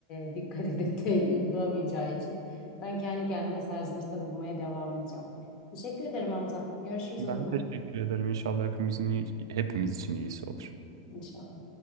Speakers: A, on the left (about 30°); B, on the right (about 80°).
A: e, dikkat edip de uygulamayacağı için ben kendi kendime serzenişte bulunmaya devam edeceğim. Teşekkür ederim Hamza. Görüşürüz
B: Ben
A: o zaman
B: teşekkür ederim. İnşallah hepimizin iyi- hepimiz için iyisi olur.
A: inşallah.